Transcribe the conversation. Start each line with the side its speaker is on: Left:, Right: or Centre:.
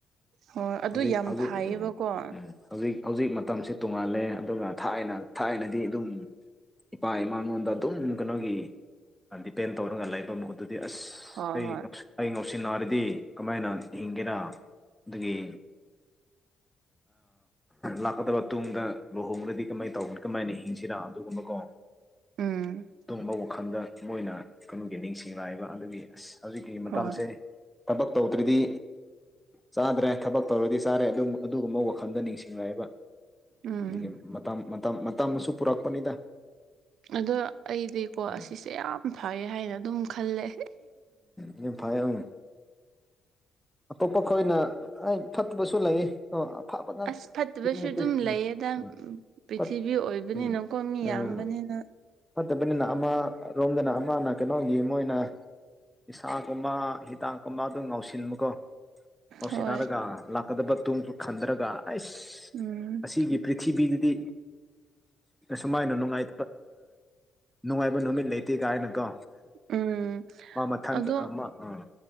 Right: ꯍꯣꯏ ꯑꯗꯨ
Centre: ꯍꯧꯖꯤꯛ
Right: ꯌꯥꯝ
Centre: ꯍꯧꯖꯤꯛ
Right: ꯐꯥꯏꯌꯦꯕꯀꯣ
Centre: ꯎꯝ, ꯎꯝ. ꯍꯧꯖꯤꯛ ꯍꯧꯖꯤꯛ ꯃꯇꯝꯁꯤ ꯇꯣꯡꯉꯥꯜꯂꯦ ꯑꯗꯨꯒ ꯊꯥꯏꯅ ꯊꯥꯏꯅꯗꯤ ꯑꯗꯨꯝ ꯏꯄꯥ ꯏꯃꯥꯉꯣꯟꯗ ꯑꯗꯨꯝ ꯀꯩꯅꯣꯒꯤ ꯗꯤꯄꯦꯟ ꯇꯧꯔꯒ ꯂꯩꯕ ꯃꯨꯠꯇꯗꯤ ꯑꯁ
Right: ꯍꯣꯏ
Centre: ꯑꯩ ꯑꯩ ꯉꯥꯎꯁꯤ ꯅꯥꯔꯗꯤ ꯀꯃꯥꯏꯅ ꯍꯤꯡꯒꯦꯔ ꯑꯗꯨꯒꯤ ꯂꯥꯛꯀꯗꯕ ꯇꯨꯡꯗ ꯂꯨꯍꯣꯡ꯭ꯔꯗꯤ ꯀꯃꯥꯏꯅ ꯇꯧꯕꯅꯣ ꯀꯃꯥꯏꯅ ꯍꯤꯡꯁꯤꯔ ꯑꯗꯨꯒꯨꯝꯕꯀꯣ
Right: ꯎꯝ
Centre: ꯇꯨꯝꯕ ꯋꯥꯈꯜꯗ ꯃꯣꯏꯅ ꯀꯩꯅꯣꯒꯤ ꯅꯤꯡꯁꯤꯡꯂꯛꯑꯏꯕ ꯑꯗꯨꯒꯤ ꯑꯁ ꯍꯧꯖꯤꯛꯀꯤ ꯃꯇꯝꯁꯦ
Right: ꯍꯣꯏ
Centre: ꯊꯕꯛ ꯇꯧꯗ꯭ꯔꯤꯗꯤ ꯆꯥꯗ꯭ꯔꯦ ꯊꯕꯛ ꯇꯧꯔꯗꯤ ꯆꯥꯔꯦ ꯑꯗꯨꯝ ꯑꯗꯨꯒꯨꯝꯕ ꯋꯥꯈꯜꯗ ꯅꯤꯡꯁꯤꯡꯉꯛꯑꯦꯕ
Right: ꯎꯝ
Centre: ꯑꯗꯨꯒꯤ ꯃꯇꯥꯝ ꯃꯇꯝ ꯃꯇꯝꯁꯨ ꯄꯨꯔꯛꯄꯅꯤꯗ
Right: ꯑꯗꯣ ꯑꯩꯗꯤꯀꯣ
Centre: ꯎꯝ
Right: ꯑꯁꯤꯁꯦ ꯌꯥꯝ ꯐꯩ ꯍꯥꯏꯅ ꯑꯗꯨꯝ ꯈꯜꯂꯦ
Centre: ꯎꯝ ꯏꯐꯥꯏ ꯑꯝ ꯑꯇꯣꯞꯄ ꯈꯣꯏꯅ ꯑꯩ ꯐꯠꯇꯕꯁꯨ ꯂꯩ ꯑꯐꯕ ꯉꯥꯛꯇ
Right: ꯑꯁ ꯐꯠꯇꯕꯁꯨ
Centre: ꯅꯠꯇꯦ
Right: ꯑꯗꯨꯝ
Centre: ꯎꯝ
Right: ꯂꯩꯌꯦꯗ
Centre: ꯎꯝ
Right: ꯄ꯭ꯔꯤꯊꯤꯕꯤ
Centre: ꯐꯠ
Right: ꯑꯣꯏꯕꯅꯤꯅ
Centre: ꯎꯝ
Right: ꯀꯣꯟ ꯃꯤ
Centre: ꯎꯝ
Right: ꯌꯥꯝꯕꯅꯤꯅ
Centre: ꯐꯠꯇꯕꯅꯤꯅ ꯑꯃ ꯔꯣꯝꯗꯅ ꯑꯃꯅ ꯀꯩꯅꯣꯒꯤ ꯃꯣꯏꯅ ꯏꯁꯥꯒꯨꯝꯕ ꯍꯤꯗꯥꯛꯀꯨꯝꯕ ꯑꯗꯨꯝ ꯉꯥꯎꯁꯤ ꯃꯨꯀꯣ ꯑꯣꯁꯤꯟꯅꯔꯒ
Right: ꯍꯣꯏ
Centre: ꯂꯥꯛꯀꯗꯕ ꯇꯨꯡꯁꯨ ꯈꯟꯊꯔꯒ ꯑꯩꯁ
Right: ꯎꯝ
Centre: ꯑꯁꯤꯒꯤ ꯄ꯭ꯔꯤꯊꯤꯕꯤꯗꯗꯤ ꯁꯨꯃꯥꯏꯅ ꯅꯨꯡꯉꯥꯏ ꯅꯨꯡꯉꯥꯏꯕ ꯅꯨꯃꯤꯠ ꯂꯩꯇꯦ ꯀꯥꯏꯅꯀꯣ
Right: ꯎꯝ
Centre: ꯃꯥ ꯃꯊꯟꯗ
Right: ꯑꯗꯣ
Centre: ꯑ ꯑ